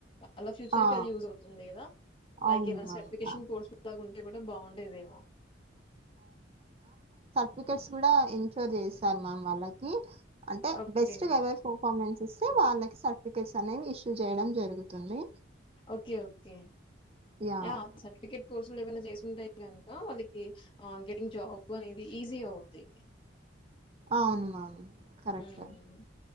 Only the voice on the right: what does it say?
ఆ!
అవును
మ్యామ్.
ఆ!
టికెట్స్ కూడా ఇంట్లో చేసాను మ్యామ్ వాళ్ళకి అంటే
బెస్ట్గా ఎవర్ పర్ఫార్మెన్స్ ఇస్తే వాళ్ళకి సర్టిఫికెట్స్ అనేవి ఇష్యూ చేయడం జరుగుతుంది
యాహ్!
అవునుమా అవును కరెక్ట్.